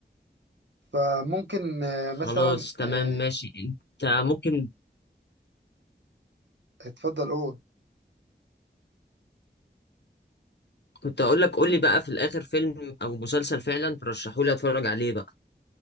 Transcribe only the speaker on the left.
خلاص تمام
ماشي انت ممكن
كنت اقول لك قول لي بقى في الاخر فيلم او مسلسل فعلا ترشحوا لي اتفرج عليه بقى